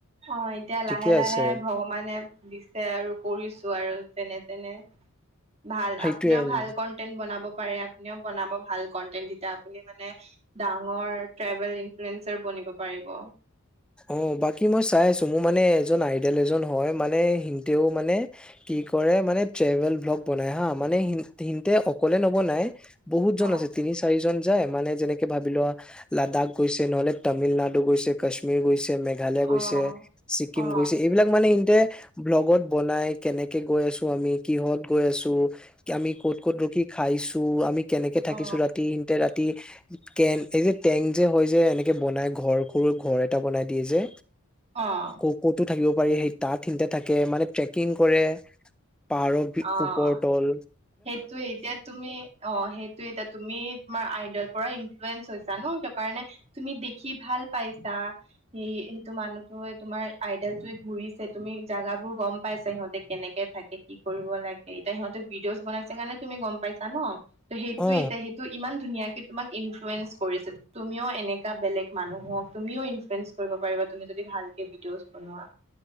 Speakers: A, on the right; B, in the centre.
A: অ এতিয়া লাহে
B: ঠিকে
A: লাহে
B: আছে
A: ভগৱানে দিছে আৰু কৰিছো। আৰু যেনে-তেনে, ভাল,
B: সেইটোয়ে
A: আপুনিও ভাল কন্টেন্ট বনাব পাৰে, আপুনিও বনাব ভাল কণ্টেণ্ট, তেতিয়া আপুনি মানে, ডাঙৰ ট্ৰেভেল ইনফ্লোএঞ্চৰ বনিব নিব পাৰিব।
B: অ' বাকী মই চাই আছো, মোৰ মানে এজন আইডেল এজন হয় মানে, সিনতেও মানে কি কৰে, মানে ট্ৰেভেল ভ্লগ বনায় হা! মানে সিহঁতে অকলে নবনায়, বহুত
A: অ
B: জন আছে তিনি-চাৰিজন। যায়। মানে যেনেকে ভাবি লোৱা, লাডাখ গৈছে, নহলে তামিলনাডু গৈছে, কাশ্মীৰ গৈছে। মেঘালয়
A: অ
B: গৈছে, ছিক্কিম
A: অ
B: গৈছে, এইবিলাক মানে ইতে ব্লগত বনায়। কেনেকে গৈ আছো আমি, কিহত গৈ আছো? আমি ক'ত ক'ত ৰখি খাইছো, আমি কেনেকে থাকিছো
A: অ
B: ৰাতি। সিহঁতে ৰাতি কেন এ যে টেন্ট যে হয় যে, এনেকে বনাই ঘৰ সৰু ঘৰ এটা বনাই দিয়ে যে
A: অ'।
B: ক ক'তো থাকিব পাৰি, সেই তাত সিহঁতে থাকে। মানে ট্ৰেকিং কৰে। পাৰত,
A: অ
B: ওপৰতল
A: অ সেইটোয়ে, এতিয়া তুমি অ' সেইটোৱে এতিয়া তুমি তোমাৰ আইডৰ পৰা ইনফ্লোৱেঞ্চ হৈছা ন? কিয় কাৰণে তুমি দেখি ভাল পাইছা। সেইটো মানুহটোৱে তোমাৰ আইডেলটোৰে ঘুৰিছে। তুমি জেগাবোৰ গম পাইছা, সিহঁতে কেনেকে থাকে। কি কৰিব লাগে, এতিয়া সিহঁতক অচ বনাইছে কাৰণে তুমি গম পাইছা ন? ত' সেইটোৱে
B: অ
A: এতিয়া, সেইটো ইমান ধুনীয়াকে তোমাক ইনফ্লুৱেঞ্চ কৰিছে, তুমিও এনেকা বেলেগ মানুহক তুমিও ইনফ্লুৱেঞ্চ কৰিব পাৰিবা। তুমি যদি ভালকে ভিডিঅ'জ বনোৱা।